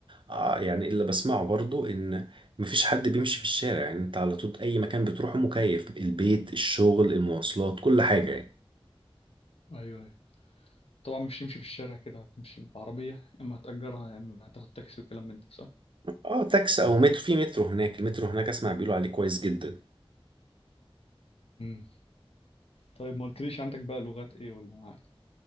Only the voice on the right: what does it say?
آه يعني اللي بسمعه برضو ان مفيش حد بيمشي في الشارع يعني انت على طول اي مكان بتروحه مكيف البيت الشغل المواصلات كل حاجة يعني
اه تاكس او مترو في مترو هناك المترو هناك اسمع بيقولوا عليه كويس جدا